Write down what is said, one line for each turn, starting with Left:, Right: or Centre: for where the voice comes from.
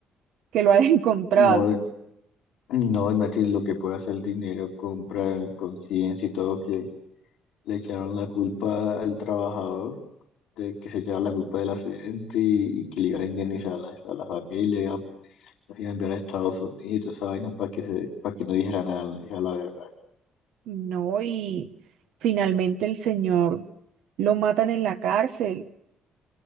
Right: que lo haya <laughs> encontrado.
Left: No, no, Matilde, lo que puede hacer el dinero, compra conciencia y todo, que le echaron la culpa al trabajador. de que se lleva la culpa del accidente y, y que le iban a indemnizar a la, a la familia, iba- los iba a enviar a Estados Unidos, esa vaina para que se, para que no dijera nada, no dijera la verdad.
Right: No, y finalmente el señor lo matan en la cárcel,